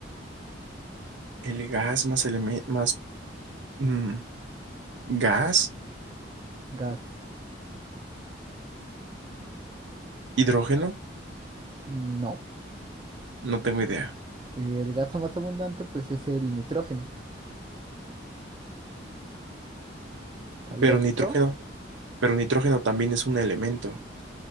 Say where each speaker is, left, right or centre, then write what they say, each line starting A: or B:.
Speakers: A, on the right (about 80°); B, on the right (about 25°).
A: el gas más, eleme- más mm, gas,
B: Gas,
A: hidrógeno,
B: no.
A: no tengo idea.
B: El gas más abundante, pues, es el nitrógeno. ¿Sabías
A: Pero nitrógeno,
B: eso?
A: pero nitrógeno también es un elemento.